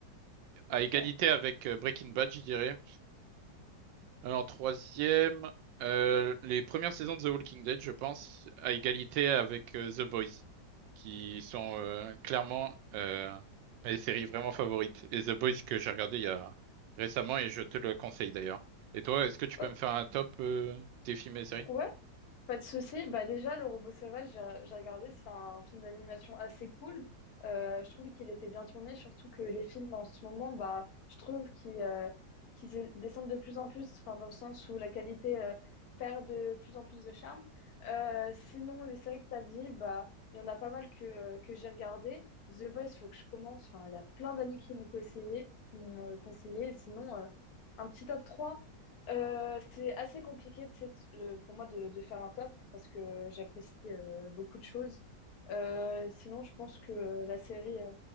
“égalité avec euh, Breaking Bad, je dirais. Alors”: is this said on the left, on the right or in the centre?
Right